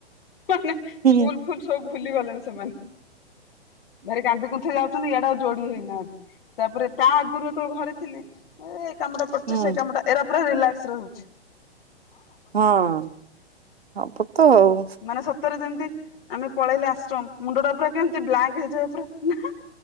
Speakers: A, on the left; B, on the right.
A: ମାନେ
B: ହୁଁ
A: ସ୍କୁଲ ଫୁଲୁ ସବୁ ଭୁଲି ଗଲାଣି ସେମାନେ। ଭାରି କାନ୍ଦି କୁନ୍ଥେଇ ଯାଉଛନ୍ତି। ଇଆଡା ଆଉ ଯୋଡି ହେଇନାହାନ୍ତି। ତାପରେ ତା ଆଗରୁ ଯେତେବେଳେ ଘରେ ଥିଲି। ଏ ଏଇ କାମଟା ପଡୁଛି
B: ହୁଁ
A: ସେ କାମଟା ଏରା ପୁରା ରିଲାକ୍ସ ରହୁଛି।
B: ହଁ ହବ ତ ଆଉ।
A: ମାନେ ସତରେ ଯେମିତି ଆମେ ପଳେଇଲେ ଆଶ୍ରମ। ମୁଣ୍ଡ ଟା ପୁରା କେମିତି ବ୍ଲାଙ୍କ ହେଇଯାଏ ପୁରା ନା।